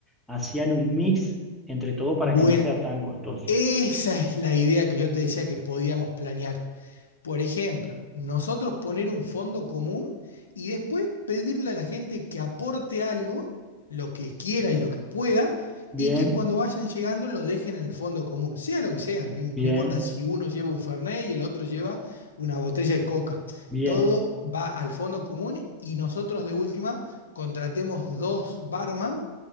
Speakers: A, in the centre; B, on the left.
A: hacían un mix entre todo para
B: Bueno,
A: que no sea tan costoso.
B: esa es la idea que yo te decía que podíamos planear. Por ejemplo, nosotros poner un fondo común y después pedirle a la gente que aporte algo, lo que quiera y lo que pueda,
A: Bien,
B: y que cuando vayan llegando lo dejen en el fondo común, sea lo que sea, no, im-
A: bien,
B: no importa si uno lleva un Fernet y el otro lleva una botella de coca,
A: bien,
B: todo va al fondo común y nosotros de última contratemos dos barman